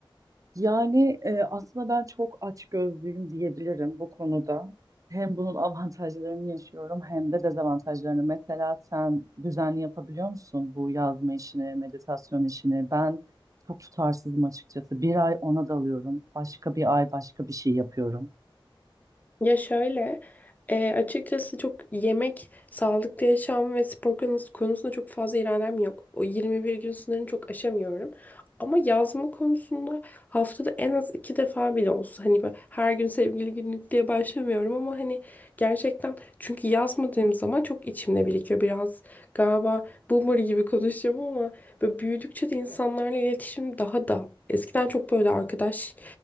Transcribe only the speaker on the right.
Yani e, aslında ben çok açgözlüyüm diyebilirim bu konuda. Hem bunun <laughs> avantajlarını yaşıyorum hem de dezavantajlarını. Mesela sen düzenli yapabiliyor musun bu yazma işini, meditasyon işini? Ben çok tutarsızım açıkçası. Bir ay ona dalıyorum, başka bir ay başka bir şey yapıyorum.